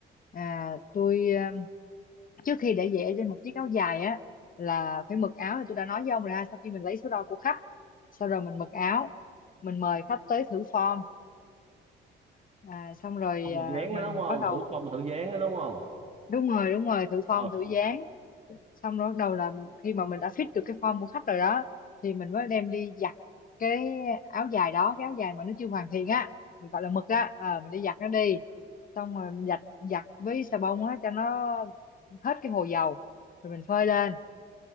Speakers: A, on the left (about 45°); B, on the right (about 35°).
A: À tôi um, trước khi để vẽ trên một chiếc áo dài á là phải mực áo thì tôi đã nói với ông rồi sau khi mình lấy số đo của khách sau rồi mình mực áo mình mời khách tới thử form à, xong rồi
B: không
A: à,
B: là dán
A: mình
B: đó đúng không
A: bắt đầu
B: thử không là thử dán đó đúng không
A: đúng rồi đúng rồi thử form
B: ừ
A: thử dáng xong rồi bắt đầu là khi mà mình đã fit được cái form của khách rồi đó thì mình mới đem đi giặt cái áo dài đó cái áo dài mà nó chưa hoàn thiện á mình gọi là mực á ờ, mình đi giặt nó đi xong rồi mình giặt giặt với xà bông á cho nó hết cái hồ dầu rồi mình phơi lên